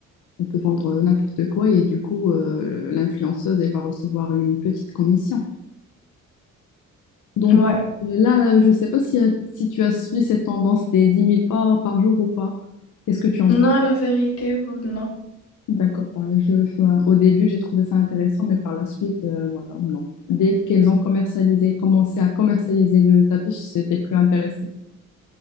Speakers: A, on the left (about 75°); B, on the left (about 50°).
A: on peut vendre euh, n'importe quoi et du coup, euh, l'influenceuse, elle va recevoir une petite commission. Donc,
B: ouais.
A: euh, là, là, je ne sais pas si, si tu as suivi cette tendance des dix mille pas par jour ou pas. Qu'est-ce que tu en
B: Non,
A: penses?
B: la vérité, ou- non.
A: D'accord. Enfin, je, enfin, au début, j'ai trouvé ça intéressant, mais par la suite, euh, voilà, non. Dès qu'elles ont commercialisé, commencé à commercialiser le tapis, j'étais plus intéressée.